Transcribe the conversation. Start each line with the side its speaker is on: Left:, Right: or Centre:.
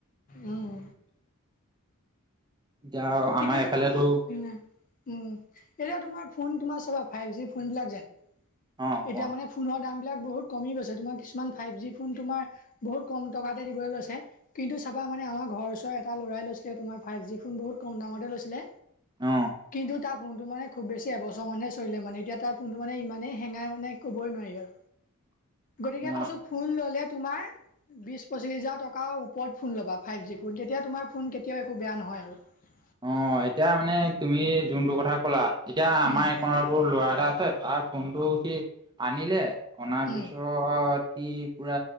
Left: উম,
Right: এতিয়া
Left: ঠিকে
Right: আমাৰ এইফালেতো
Left: কোৱা উম এতিয়া তোমাৰ ফোন তোমাৰ চবা ফাইভ জি ফোনবিলাক যেন
Right: অ
Left: এতিয়া
Right: কোৱা
Left: মানে ফোন দামবিলাক বহুত কমি গৈছে তোমাৰ কিছুমান ফাইভ জি ফোন তুমাৰ বহুত কম টকা দিবলৈ লৈছে কিন্তু চাবা আমাৰ মানে আমাৰ ঘৰৰ এটা ল'ৰাই লৈছিলে তোমাৰ ফাইভ জি ফোন বহুত কম দামতে লৈছিলে
Right: অ
Left: কিন্তু তাৰ ফোনটো মানে খুব বেছি এবছৰ মানহে চলিলে মানে এতিয়া তাৰ ফোনটো মানে ইমানেই হেঙাই মানে ক'বই নোৱাৰি আৰু গতিকে
Right: অ
Left: কৈছো ফোন ললে তোমাৰ বিশ পঁচিশ হাজাৰ টকাৰ ওপৰত ফোন ল'বা ফাইভ জি ফোন তেতিয়া তোমাৰ ফোন কেতিয়াও একো বেয়া নহয়। নহয় আৰু
Right: অ এতিয়া মানে তুমি যোনটো কথা ক'লা এতিয়া আমাৰ
Left: উম
Right: এইকনটো ল'ৰা এটা আছে তাৰ ফোনটো সি আনিলে অনা
Left: উম
Right: পিছত সি পুৰা